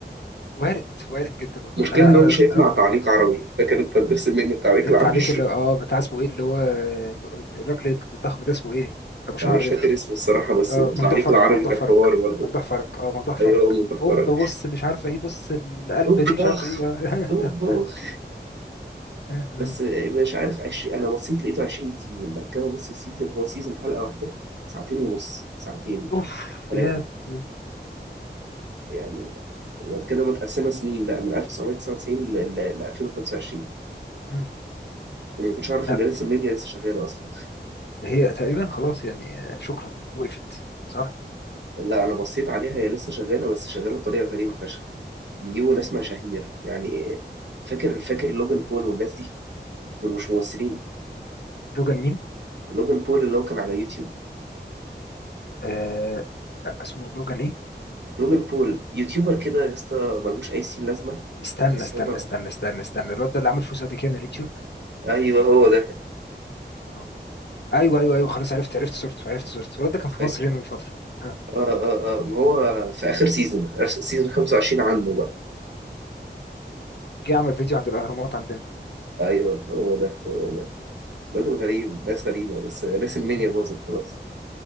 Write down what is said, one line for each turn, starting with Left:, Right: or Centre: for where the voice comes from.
Left: وارد وارد جدا والله
Right: المشكله
Left: انا
Right: ان
Left: انا
Right: هو مش هيطلع
Left: انا
Right: تعليق عربي فاكر انت الدرس الميني التعليق
Left: التعليق
Right: العربي
Left: اللي اه بتاع اسمه ايه اللي هو الراجل الضخم ده اسمه ايه ابو شعر
Right: انا مش فاكر
Left: ده
Right: اسمه الصراحه بس
Left: اه
Right: التعليق
Left: ممدوح فرج
Right: العربي
Left: ممدوح
Right: كان
Left: فرج
Right: حوار برضه
Left: ممدوح فرج اه ممدوح فرج
Right: ايوه من تحفرج
Left: هوب بص مش عارفه ايه بص القلبه
Right: طب
Left: دي مش
Right: طخ
Left: عارفه ايه آه،
Right: طب
Left: <laughs> ده.
Right: بخ.
Left: آه، آه.
Right: بس مش عارف 20 انا بصيت لقيته 20 سيزون بعد كده بص السيزون هو سيزون حلقه واحده ساعتين ونص ساعتين
Left: اوف
Right: ثلاثه
Left: يا ابني.
Right: يعني وبعد كده متقسمه سنين بقى من 1999 ل ل- ل 2025
Left: مم.
Right: وما كنتش اعرف
Left: لا
Right: ان لسه الميديا لسه شغاله اصلا
Left: هي تقريبا خلاص يعني آه، شكرا وقفت صح
Right: لا انا بصيت عليها هي لسه شغاله بس شغاله بطريقه غريبه فشخ بيجيبوا
Left: آه.
Right: ناس مشاهير يعني فاكر فاكر لوجان بول والناس دي دول مش ممثلين
Left: لوجان مين
Right: لوجان بول اللي هو كان على يوتيوب
Left: آه لا اسمه لوجان ايه
Right: لوجان بول يوتيوبر كده يا اسطى ملهوش اي سين لازمه
Left: استنى
Right: بس
Left: استنى
Right: هو
Left: استنى استنى استنى الواد ده اللي عامل فلوس قد كده من اليوتيوب
Right: ايوه هو ده
Left: اه ايوه ايوه ايوه خلاص عرفت عرفت صورته عرفت صورته الولد ده كان في
Right: اه
Left: مصر هنا من فتره آه.
Right: اه اه ما هو في اخر سيزون اخر سيزون 25 عنه بقى
Left: جه عمل فيديو عند الاهرامات عندنا
Right: ايوه هو ده هو ده راجل غريب ناس غريبه بس ريسل مانيا
Left: مم.
Right: باظت خلاص